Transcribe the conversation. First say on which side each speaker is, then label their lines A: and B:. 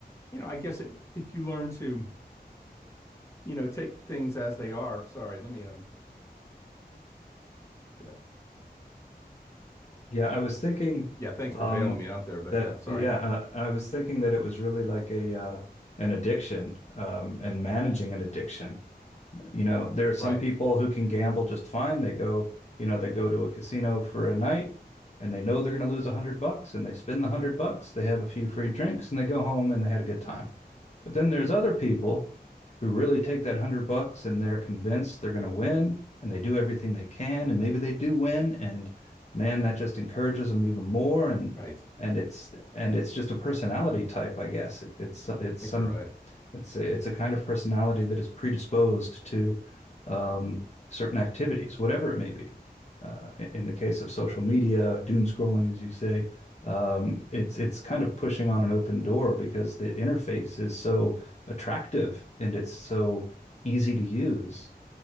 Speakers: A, on the left (about 15°); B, on the left (about 45°).
A: you know, I guess it, if you learn to, you know, take things as they are. Sorry, let me um get a,
B: Yeah, I was thinking
A: yeah, thanks
B: um
A: for bailing me out there, but
B: that
A: yeah, sorry.
B: yeah, uh, I was thinking that it was really like a uh an addiction um and managing an addiction. You know, there are some
A: Right,
B: people who can gamble just fine. They go, you know, they go to a casino for a night and they know they're going to lose a hundred bucks and they spend the hundred bucks. They have a few free drinks and they go home and they had a good time. But then there's other people who really take that hundred bucks and they're convinced they're going to win and they do everything they can and maybe they do win and man that just encourages them even more and
A: right. I
B: and it's and it's just a personality type I guess it, it's it's
A: think
B: some
A: you're right.
B: it's a, it's a kind of personality that is predisposed to um, certain activities whatever it may be uh, in the case of social media doom scrolling as you say um, it's it's kind of pushing on an open door because the interface is so attractive and it's so easy to use.